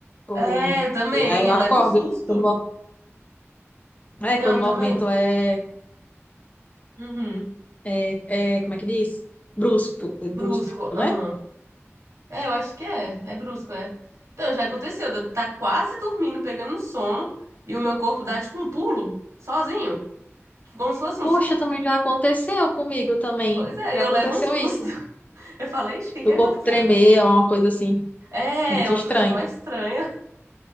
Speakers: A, on the left (about 30°); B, on the right (about 80°).
A: Ou...
B: É, também,
A: e Aí eu
B: eu
A: acordo.
B: levo um susto.
A: Quando, o mo- é,
B: Não,
A: quando o
B: também.
A: movimento é,
B: Uhum.
A: é, é, como é que diz? Brusco, brusco,
B: Brusco, aham.
A: né?
B: É, eu acho que é. É brusco, é. Então, já aconteceu. de Eu tá quase dormindo, pegando um sono, e o meu corpo dá tipo um pulo, sozinho. Tipo, como se fosse
A: Poxa,
B: um susto.
A: também já aconteceu comigo também.
B: Pois é,
A: Já
B: eu
A: aconteceu
B: levo um susto.
A: isso.
B: <laughs> Eu falei, "Ixi, o que que
A: o
B: aconteceu?
A: corpo tremer é uma coisa assim,
B: É,
A: muito
B: é uma
A: estranha.
B: coisa mó estranha.